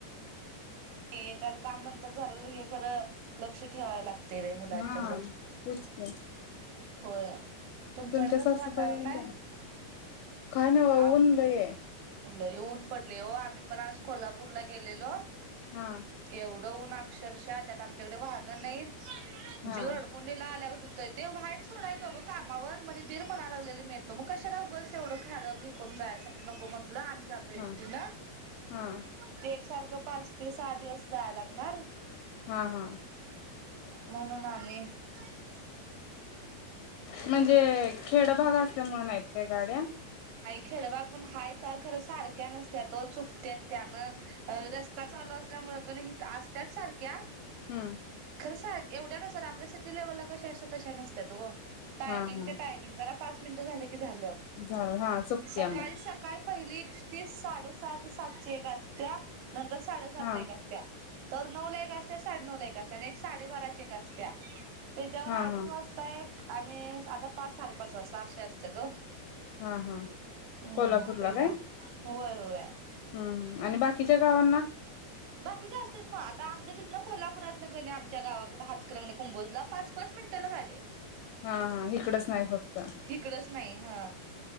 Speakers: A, on the right; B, on the left.
A: एक तर झालेलं हे खर लक्ष ठेवाय लागतंय बाई मुलांच्याकडं
B: हा तेच की
A: होय. तुमच्याकड
B: तुमच्या
A: कस
B: सासूबाई
A: वातावरण
B: आल्या?
A: हाय?
B: काय नाही बघा
A: आम
B: ऊन लई आहे.
A: लय ऊन पडलय हो आम्ही पण आज कोल्हापूरला गेलेलो
B: हं
A: एवढं ऊन अक्षरशः त्यात आमच्याकडं वाहनं नाहीत
B: हा
A: जीव रडकूंडीला आल्या गत ते व्हायच सोडायंच ग कामावर म्हणजे दीर म्हणा लागलेले मी येतो मग कशाला उगल तेवढं खाडं घेकून जायसाठी नको म्ह म्हनल आम्ही जातो
B: हा
A: एस टी न
B: हा
A: ते एकसारख पाच ते सहा दिवस जाया लागणार
B: हा हा
A: म्हणून आणि <inaudible>
B: म्हणजे, खेडभाग असल्यामूळं नाहीत काय गाड्या?
A: खेडभ पण हायता खरं सारख त्या नसत्यात ओ चुकत्यात त्या, म अ रस्ता चालू असल्यामुंळ कण हीतं असत्यात सारख्या,
B: हम्
A: खर सार एवढ्या नसत्यात आपल्या सिटी लेवलला कश्या अश्या तश्या नासत्यात ओ, टायमिंग
B: हा हा
A: ते ट टायमिंग जरा पाच मिनिटं झाल की झाल.
B: झालं हा चुकत्या
A: सकाळी-
B: मग
A: सकाळी टा पहिली एकसटी साडेसहा ते सातची एक असत्या नंतर साडेसात
B: हा
A: ला एक असत्या. तर नऊ ला एक असत्या, साडेनऊ ला एक असत्या आणि एक साडेबाराची एक असत्या. त्याच्यावर
B: हा
A: अडीच
B: हा
A: वाजता एक, आणि आता पाच साडेपाच वाजता, अश्या असत्यात ओ.
B: हा हा.
A: हम्म
B: कोल्हापूरला
A: तेज्या
B: काय?
A: होय होय.
B: ह आणि बाकीच्या गावांना?
A: बाकीच्या असत्यात म आता आमच्या तिथन कोल्हापुरातन, कणी आमच्या गावाकड हातकलंगल्याकडं <unintelligible> कुंबोजला ला पाच- पाच मिनटाला गाडी हाय.
B: हा हा इकडच नाही फक्त
A: हीकडचं नाही ह.